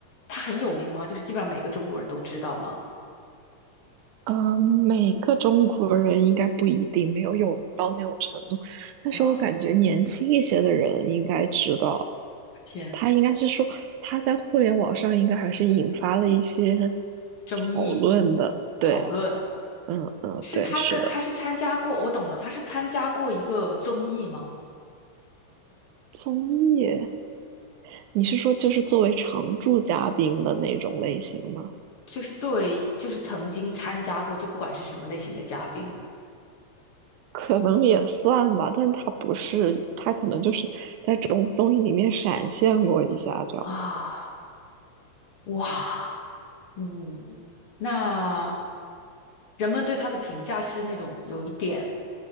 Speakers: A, on the left; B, on the right.
A: 他很有名吗？就是基本上每个中国人都知道吗？
B: 呃，每个中国人应该不一定没有有名到那种程度，但是我感觉年轻一些的人应该知道，
A: 哇，我天，
B: 他应该是说他在互联网上应该还是引发了一些
A: 争议
B: 讨论的。对，
A: 讨论。
B: 嗯嗯，
A: 是他跟他是参加过，
B: 对，是的。
A: 我懂了，他是参加过一个综艺吗？
B: 综艺，你是说就是作为常驻嘉宾的那种类型吗？
A: 就是作为就是曾经参加过，就不管是什么类型的嘉宾
B: 可能也算吧，但他不是，他可能就是在综综艺里面闪现过一下这样。
A: 啊，哇，嗯，那人们对他的评价是那种有一点